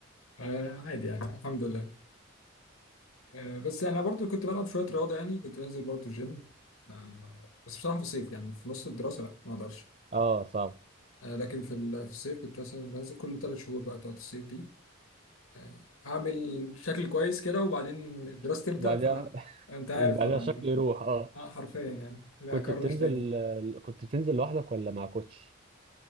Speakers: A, on the left (about 75°); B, on the right (about 35°).
A: آه، عادي يعني الحمد لله آه، بس انا برضو كنت بلعب شويه رياضه يعني كنت بنزل برضو الجيم آه، بس بصراحه في الصيف يعني في نص الدراسه لا ما اقدرش
B: اه صعب
A: آه، لكن في ال- في الصيف كنت مثلا بنزل كل ثلاث شهور بقى بتاعت الصيف دي آه، اعمل شكل كويس كده وبعدين الدراسه تبدا
B: وبعدها <laughs>
A: فانت عارف
B: بعدها
A: طبعا
B: شكل
A: يعني
B: يروح اه
A: اه حرفيا يعني لا
B: كنت
A: اكرش
B: بتنزل
A: تاني
B: كنت بتنزل لوحدك ولا مع كوتش